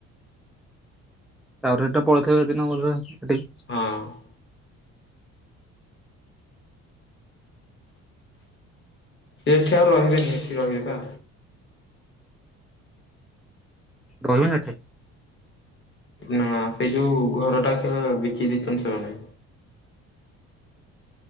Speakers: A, in the centre; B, on the left.
A: ତ ଆଉ ଥରେ ତ ପଳେଇଥିବ ସେ ଦିନ ବୋଧେ ସେଠି।
B: ହଁ। ସେ ଏଠି ଆଉ ରହିବେନି ଏଠି ରହିବେ ବା।
A: ରହିବନି ଏଠି?
B: ନା ସେଇ ଯୋଉ ଘର ଟା ବିକି ଦେଇଛନ୍ତି ସେମାନେ।